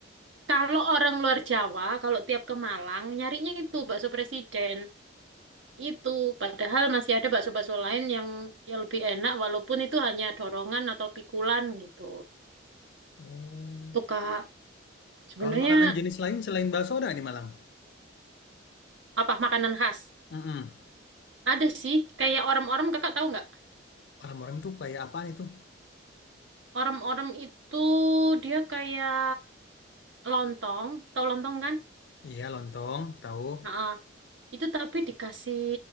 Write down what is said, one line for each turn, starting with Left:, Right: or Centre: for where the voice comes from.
Right: kalau orang luar Jawa, kalau tiap ke Malang, nyarinya itu bakso presiden. Itu, padahal masih ada bakso-bakso lain yang, yang lebih enak, walaupun itu hanya dorongan atau pikulan gitu.
Left: Oh,
Right: Tuh, Kak, sebenarnya
Left: kalau makanan jenis lain selain bakso ada di Malang?
Right: apa makanan khas?
Left: Mm-mm.
Right: Ada sih, kayak orang-orang, kakak tahu nggak?
Left: Orang-orang kayak apaan itu?
Right: Orang-orang itu dia kayak lontong, tahu lontong kan?
Left: Iya, lontong, tahu.
Right: Nah, itu tapi dikasih